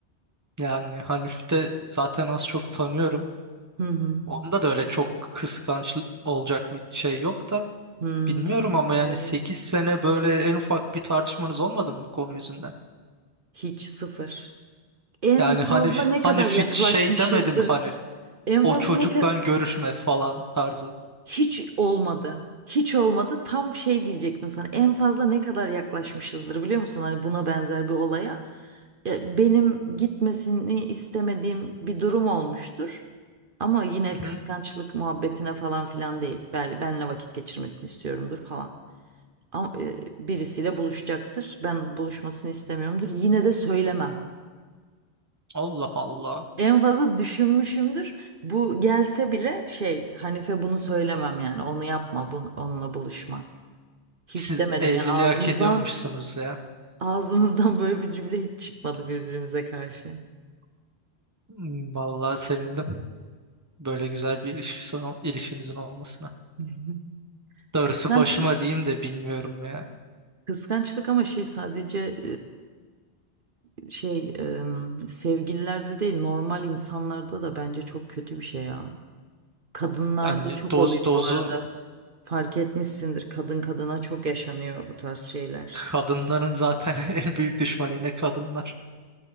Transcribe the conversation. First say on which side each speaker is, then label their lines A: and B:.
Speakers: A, on the right; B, on the right.
A: Yani Hanif'i de zaten az çok tanıyorum.
B: Hı hı.
A: Onda da öyle çok kıskanç olacak bir şey yok da.
B: Hı.
A: Bilmiyorum ama yani
B: Evet.
A: 8 sene böyle en ufak bir tartışmanız olmadı mı bu konu yüzünden?
B: Hiç sıfır. En
A: Yani hani
B: fazla ne
A: hani
B: kadar
A: hiç
B: yaklaşmışızdır?
A: şey demedim hani
B: En
A: o
B: fazla
A: çocukla
B: ne kadar
A: görüşme falan tarzı.
B: Hiç olmadı. Hiç olmadı. Tam şey diyecektim sana. En fazla ne kadar yaklaşmışızdır biliyor musun? Hani buna benzer bir olaya. Ya benim gitmesini istemediğim bir durum olmuştur. Ama yine
A: Hı-hı.
B: kıskançlık muhabbetine falan filan değil. Ben, benle vakit geçirmesini istiyorumdur falan. Ama e, birisiyle buluşacaktır. Ben buluşmasını istemiyorumdur. Yine de söylemem.
A: Allah Allah.
B: En fazla düşünmüşümdür. Bu gelse bile şey Hanife bunu söylemem yani. Onu yapma, bunu, onunla buluşma. Hiç
A: Siz
B: demedim
A: evliliği
B: yani ağzımızdan
A: hak ediyormuşsunuz ya.
B: ağzımızdan böyle bir cümle hiç çıkmadı birbirimize karşı. <laughs>
A: Hmm, Vallahi sevindim böyle güzel bir ilişki sonu ilişkinizin olmasına.
B: Hı hı.
A: Darısı
B: Kıskançlık
A: başıma diyeyim de bilmiyorum ya.
B: kıskançlık ama şey sadece e, şey e, sevgililerde değil normal insanlarda da bence çok kötü bir şey ya. Kadınlarda
A: Yani
B: çok
A: doz
B: oluyor
A: dozu
B: bu arada. Fark etmişsindir kadın kadına çok yaşanıyor bu tarz şeyler.
A: kadınların zaten <laughs> en büyük düşmanı yine kadınlar.